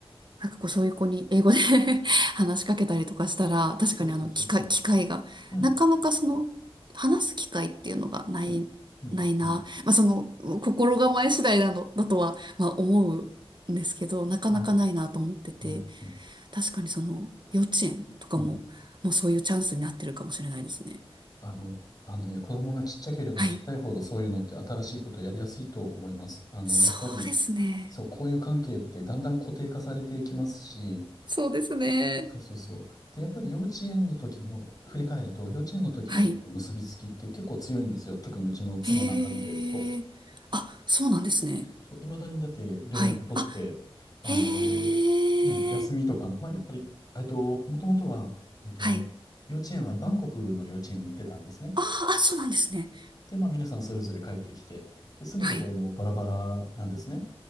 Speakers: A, on the right (about 50°); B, on the left (about 40°).
A: なんかこう、そういう子に英語で <laughs> 話しかけたりとかしたら、確かにあの、
B: そうそうそうそ
A: 機会、機会が、
B: う。うん。
A: なかなかその、話す機会っていうのがない、
B: うん。うん。
A: ないな。
B: うん。
A: まあその、心構え次第なの、だとは、まあ思うんですけど、なかなかないなと思ってて。
B: はい。うんうん
A: 確かにその幼稚園とかも、
B: うん
A: もうそういうチャンスになってるかもしれないですね。
B: あの、あのね、子供がちっちゃければちっちゃいほどそういうのって新しいことをやりやすいと思います。
A: はい。
B: あの、
A: そうですね。
B: やっぱり、そう、こういう関係ってだんだん固定化されていきますし、
A: そうですね。
B: そうそうそう。で、やっぱり幼稚園の時の、振り返ると、幼稚園の時のその結びつきって結構強いんですよ。
A: はい。
B: 特にうちの妻なんか見てると。
A: へえ。あ、そうなんですね。
B: そう、いまだにだって連絡取って、
A: はい。あ、
B: あのね、
A: へえ。
B: 休みとか、まあ、やっぱり、えっと、もともとは、えっと、
A: はい。
B: 幼稚園はバンコクの幼稚園に行ってたんですね。
A: ああ、そうなんですね。
B: で、まあ、皆さんそれぞれ帰ってきて、で、住むところもバラバラなんですね。
A: はい。